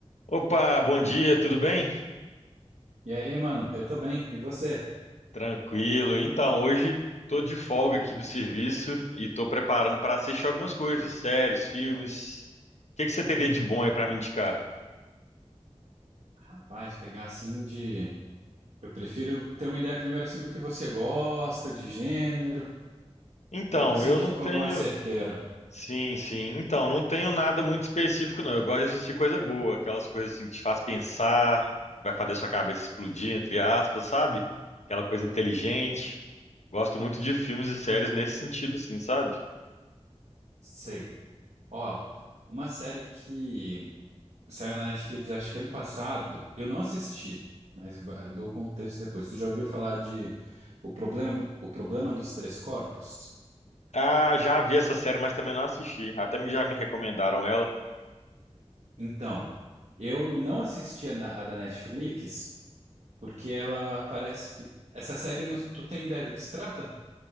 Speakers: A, on the left (about 80°); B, on the right (about 75°).
A: Opa, bom dia, tudo bem?
B: E aí, mano, eu tô bem. E você?
A: Tranquilo. Então, hoje tô de folga aqui do serviço e tô preparando para assistir algumas coisas, séries, filmes. O que que você teria de bom aí para me indicar?
B: Rapaz, pegar assim de. Eu prefiro ter uma ideia primeiro assim do que você gosta, de gênero,
A: Então,
B: pra ver se
A: eu
B: eu indico
A: não tenho.
B: algo mais certeiro.
A: Sim, sim. Então, não tenho nada muito específico, não. Eu gosto de assistir coisa boa, aquelas coisas assim que te faz pensar, vai fazer sua cabeça explodir, entre aspas, sabe? Aquela coisa inteligente. Gosto muito de filmes e séries nesse sentido, assim, sabe?
B: Sei. Ó, uma série que saiu na Netflix acho que ano passado, eu não assisti, mas va- eu dou contexto depois. Tu já ouviu falar de O Problema, O Problema dos Três Corpos?
A: Ah, já vi essa série, mas também não assisti. Até me- já me recomendaram ela.
B: Então, eu não assisti a da a da Netflix porque ela parece que. Essa série, não- tu tem ideia do que se trata?